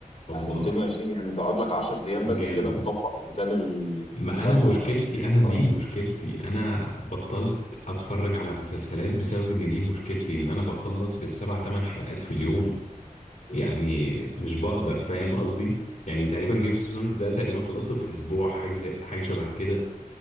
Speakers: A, on the left (about 60°); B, on the left (about 45°).
A: طب
B: يعني 220 يعني تقعد لك 10 ايام
A: جامد
B: بس كده مطبق قدام اللابتوب
A: ما أنا مشكلتي
B: او
A: أنا دي
B: الحاجة
A: مشكلتي
B: دي
A: أنا بطلت أتفرج على مسلسلات بسبب إن دي مشكلتي إن أنا بخلص بالسبع تمن حلقات في اليوم
B: يلا.
A: يعني مش بقدر فاهم قصدي يعني تقريبا جيم اوف ثرونز ده تقريبا خلصته في أسبوع حاجة زي حاجة شبه كده